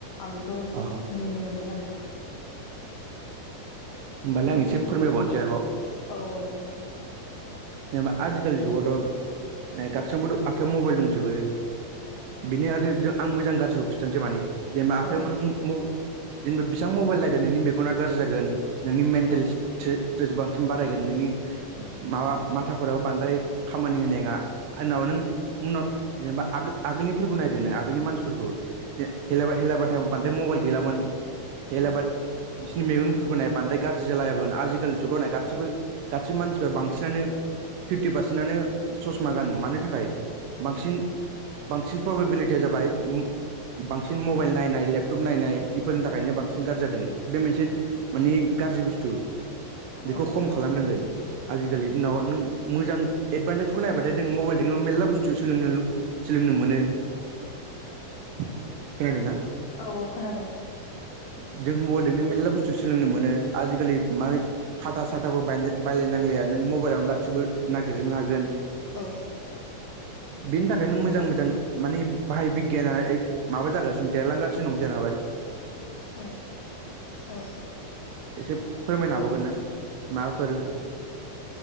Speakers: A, on the left; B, on the right.
A: आं बेखौ
B: अ
A: नुनो मोनदों आरो।
B: होमबालाय आं
A: जों
B: एसे फोरमायबावनोसै आरोबाव।
A: औ दे
B: जेनेबा आजिखालि जुगावथ' नै गासिनबोथ' आखाइयाव मबाइल दंजोबो। बिनि आरो आं मोजां गाज्रिखौ खिन्थानोसै माने जेनेबा आखाइयाव
A: औ
B: मोन म-जेनेबा बेसिबां मबाइल लागोन नोंनि मेगना गाज्रि जागोन। नोंनि मेन्टेलस
A: औ
B: सो जेसेबांसिम बारायगोन नोंनि माबा माथाफोराबो बांद्राय खामानि होनायङा। आनाव नों उनाव जेनेबा आगोल आगोलनिफोरखौ नायदो नों मानसिफोरखौ। हे-हेला हेलाबाथाइ बांद्राय मबाइल गैलामोन हेलाबाद
A: औ
B: बिसिनि मेगनफोरखौ नाय बा थाय गाज्रि जाला याबोन आजिखालि जुगावनो गासिबो गासिबो मानसिफ्रा बांसिनानो फिफ्टि पारसेन्टनो ससमा गानो मानो थाखाय बांसिन बांसिन प्रबिबिलिटिया जाबाय बांसिन मबाइल नायनाय लेपटप नायनाय जिफोरनि थाखायनो बांसिन गारजि जादों बे मोनसे माने गाज्रि बुस्थु
A: औ
B: बेखौ खम खालामनांगोन। आजिखालि नाव नों मोजां एदभान्टेजखौ नायबाथाय नों मबाइलजों मेर्ला बुस्थु सोलोंनो सोलोंनो मोनो खोनादों ना?
A: औ औ खोनादों
B: जों मबाइलजोंनो मेरला बुस्थु सोलोंनो मोनो। आजिखालि माने हाथा साथाबो बायनो बायलाय नांलाया नों मबाइलावनो ला गासिबो नागिरजोबनो हागोन।
A: औ
B: बेनि थाखायनो मोजां मोजां माने बाहाय बिगियाना माबा जागासिनो देरलांगासिनो दं जेनबा
A: औ औ।
B: एसे फोरमायनो हाबावगोन नों माबाफोर